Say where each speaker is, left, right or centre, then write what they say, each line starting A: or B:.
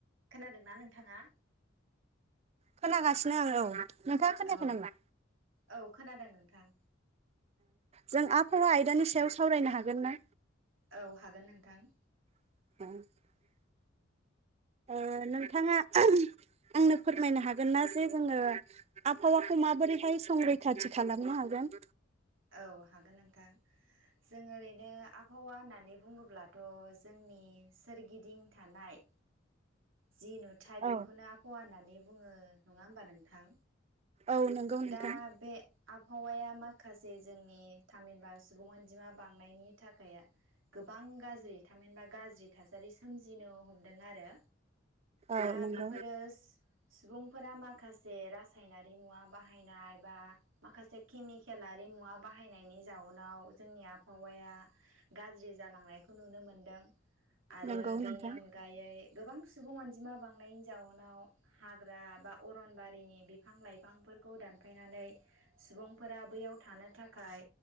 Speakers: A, on the right; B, on the right.
A: खोनादोंना नोंथाङा
B: खोनागासिनो आं औ नोंथांआ खोनायाखै
A: औ
B: नामा?
A: औ खोनादों नोंथां
B: जों आबहावा आयदानि सायाव सावरायनो हागोन ना?
A: औ हागोन नोंथां।
B: <inaudible> ओ नोंथाङा आंनो फोरमायनो हागोन ना जे जोङो आबहावाखौ माबोरैहाय संरैखाथि खालामनो हागोन?
A: औ हागोन नोंथां जों ओरैनो आबहावा होननानै बुङोब्लाथ' जोंनि सोरगिदिं थानाय जि नुथाय बेखौनो
B: औ
A: आबहावा होननानै बुङो नङा ओमबा नोंथां?
B: औ नंगौ
A: दा
B: नोंथां।
A: बे आबहावाया मा खासे जोंनि थामहिनबा सुबुं अनजिमा बांनायनि थाखाय गोबां गाज्रि थामहिनबा गाज्रि थासारि सोमजिनो हमदों आरो
B: औ
A: दा
B: नंगौ
A: बेफोरो सुबुंफोरा माखासे रासायनारि मुवा बाहायनाय बा माखासे केमिक खेलारि मुवा बाहायनायनि जाउनाव जोंनि आबहावाया गाज्रि जालांनायखौ नुनो मोनदों आरो
B: नंगौ
A: बेनि
B: नोंथां
A: अनगायै गोबां सुबुं अनजिमा बांनायनि जाउनाव हाग्रा बा अरनबारिनि बिफां लाइफांफोरखौ दानफायनानै सुबुंफोरा बैयाव थानो थाखाय